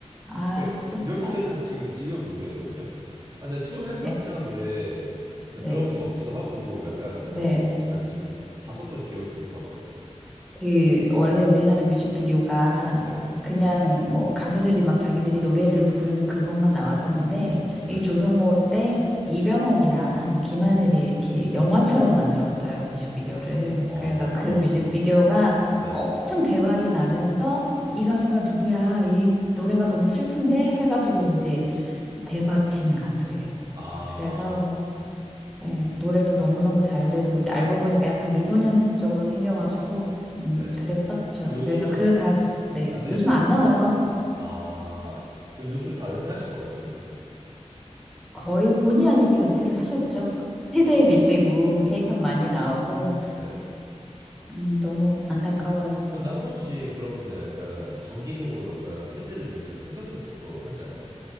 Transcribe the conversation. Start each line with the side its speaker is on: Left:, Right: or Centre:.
Centre: 아,
Right: 제가
Centre: 슬프다.
Right: 이렇게는 지금 지금은 모르겠거든요. 아, 근데 To Heaven이라는
Centre: 네,
Right: 노래 제가
Centre: 네,
Right: 들어본 것 같기도 하고 약간
Centre: 네.
Right: 얼핏 약간 지금 봤었던 기억이 좀 있는 것 같거든요.
Centre: 그 원래 우리나라 뮤직비디오가
Right: 네,
Centre: 그냥 뭐 가수들이 막 자기들이 노래를 부르는 그것만 나왔었는데
Right: 네.
Centre: 이 조성모 때 이병헌이랑 김하늘이 이렇게 영화처럼 만들었어요 뮤직비디오를.
Right: 어,
Centre: 그래서 그 뮤직비디오가
Right: 네.
Centre: 엄청 대박이 나면서 이 가수가 누구야? 이 노래가 너무 슬픈데 해가지고 이제 대박 친 가수예요.
Right: 아,
Centre: 그래서 네, 노래도 너무너무 잘 되고, 이제 알고 보니까 약간 미소년 쪽으로 생겨가지고, 음,
Right: 네.
Centre: 그랬었죠.
Right: 그 요즘은
Centre: 그래서 그 가수,
Right: 아-
Centre: 네,
Right: 안 들으시는
Centre: 요즘 안
Right: 건가요?
Centre: 나와요.
Right: 아, 그럼 요즘에 다 은퇴하신 건가요, 지금은?
Centre: 거의 본의 아니게 은퇴를 하셨죠. <laughs> 세대에
Right: 아,
Centre: 밀리고, 케이팝 많이 나오고,
Right: 네.
Centre: 음, 너무 안타까워요.
Right: 그런데 한 번씩 그런 분들 약간 정기적으로 약간 팬들을 위해서 콘서트 같은 것도 하지 않나요?